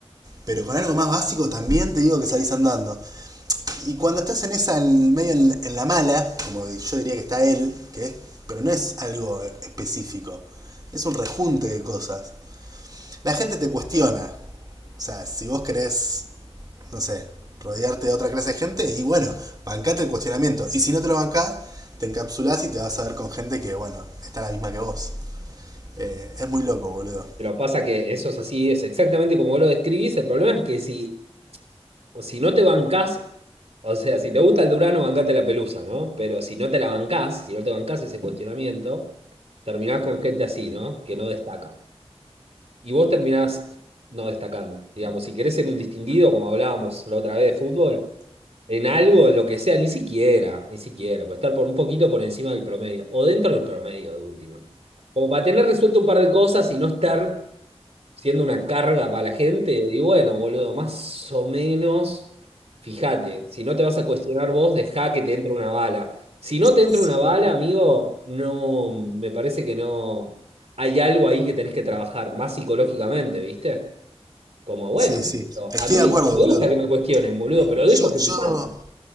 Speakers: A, on the right; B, on the right.
A: pero con algo más básico también te digo que salís andando. Y cuando estás en esa, en- medio en, en la mala, como yo diría que está él, que es, pero no es algo específico, es un rejunte de cosas. La gente te cuestiona. O sea, si vos querés, no sé, rodearte de otra clase de gente, y bueno, bancate el cuestionamiento. Y si no te lo bancás, te encapsulás y te vas a ver con gente que, bueno, está la misma que vos. Eh, es muy loco, boludo.
B: Pero pasa que eso es así, es exactamente como vos lo describís. El problema es que si o si no te bancás, o sea, si te gusta el Durano, bancate la pelusa, ¿no? Pero si no te la bancás, si no te bancás ese cuestionamiento, terminás con gente así, ¿no? Que no destaca. Y vos terminás no destacando. Digamos, si querés ser un distinguido, como hablábamos la otra vez de fútbol, en algo, en lo que sea, ni siquiera, ni siquiera, por estar por un poquito por encima del promedio, o dentro del promedio de última. Como para tener resuelto un par de cosas y no estar siendo una carga para la gente. Y bueno, boludo, más o menos, fíjate, si no te vas a cuestionar vos, dejá que te entre una bala. Si no te entra
A: Sí.
B: una bala, amigo, no, me parece que no. Hay algo ahí que tenés que trabajar, más psicológicamente, ¿viste? Como, bueno,
A: Sí,
B: qué
A: sí.
B: sé yo,
A: Estoy
B: a mí
A: de acuerdo,
B: me
A: boludo.
B: gusta que me cuestionen, boludo, pero
A: Yo,
B: dejo que
A: yo,
B: me pase.